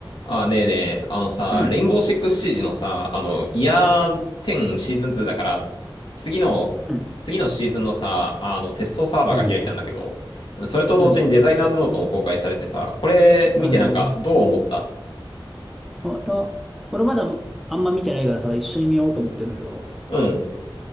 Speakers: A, on the left; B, in the centre.
A: あ、ねえねえ、あのさ、
B: うん、
A: レインボーシックスシージのさ、あの、イヤー10シーズン2だから、次の、
B: うん、
A: 次のシーズンのさ、あの、テストサーバーが開いたんだけど、
B: はい
A: それと同時にデザイナーズノートも公開されてさ、
B: うん。
A: これ見てなんかどう思った
B: はいあと、俺まだあんま見てないからさ、一緒に見ようと思ってんだけど、
A: うん。